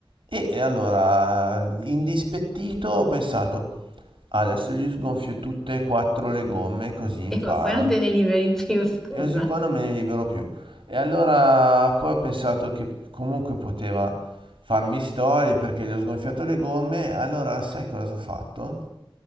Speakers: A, on the right; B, in the centre.
A: E e allora, indispettito, ho pensato, adesso gli sgonfio tutte e quattro le gomme così impara.
B: E ma poi non te ne liberi più, scusa.
A: E così poi non me ne libero più. E allora poi ho pensato che comunque poteva farmi storie perché gli ho sgonfiato le gomme. Allora, sai cosa ho fatto?